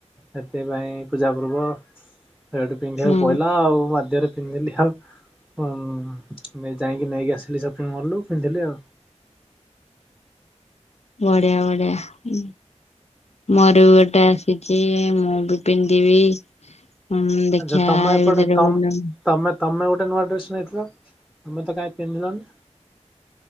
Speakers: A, in the centre; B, on the left.
A: ସେଥିପାଇଁ ପୂଜା ପର୍ବ ସେଇଠୁ ପିନ୍ଧିବାକୁ
B: ହୁଁ
A: ପଇଲା ଆଉ ବାଧ୍ୟରେ। ପିନ୍ଧିଲି ଆଉ ଯାଇକି ନେଇକି ଆସିଲି ସପିଙ୍ଗ ମହଲ ରୁ ପିନ୍ଧିଲି ଆଉ।
B: ବଢ଼ିଆ ବଢ଼ିଆ। ମୋର ବି ଗୋଟେ ଆସିଛି ମୁଁ ବି ପିନ୍ଧିବି ହୁଁ, ଦେଖିବା
A: ଆଚ୍ଛା ତମ
B: ଏଇ
A: ଏପଟେ
B: ଭିତରେ
A: ତମ
B: କଉଟି ଗୋଟେ
A: ତମେ ତମେ ଗୋଟେ ନୂଆ ଡ୍ରେସ୍ ନେଇଥିଲ ତମେ ତ କାହିଁ ପିନ୍ଧିଲନି?